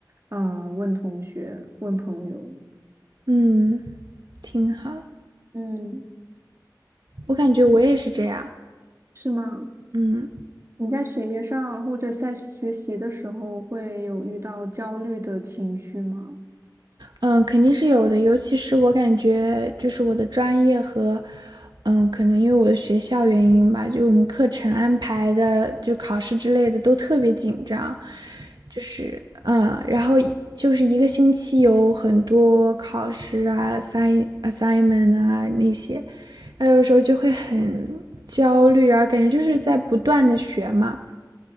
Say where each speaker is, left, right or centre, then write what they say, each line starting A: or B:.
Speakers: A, on the right; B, on the right.
A: 呃问同学、问朋友，
B: 嗯，挺好。
A: 嗯，
B: 我感觉我也是这样。
A: 是吗？
B: 嗯
A: 你在学业上或者在学习的时候会有遇到焦虑的情绪吗？
B: 嗯，肯定是有的，尤其是我感觉就是我的专业和，嗯，可能因为我的学校原因吧，就我们课程安排的，就考试之类的都特别紧张，就是嗯，然后一就是一个星期有很多考试啊、assign assignment 啊那些，然后有时候就会很焦虑，然后感觉就是在不断的学嘛。